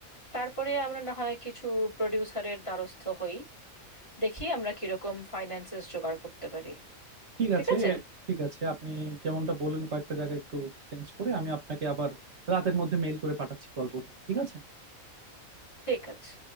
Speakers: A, on the left; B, on the right.
A: তারপরে আমরা না হয় কিছু প্রডিউসারের দ্বারস্থ হই দেখি আমরা কিরকম ফাইন্যান্সেস জোগাড় করতে পারি
B: ঠিক
A: ঠিক
B: আছে
A: আছে
B: ঠিক আছে আপনি যেমনটা বললেন কয়েকটা জায়গা একটু চেঞ্জ করে আমি আপনাকে আবার রাতের মধ্যে মেইল করে পাঠাচ্ছি গল্পটা ঠিক আছে
A: ঠিক আছে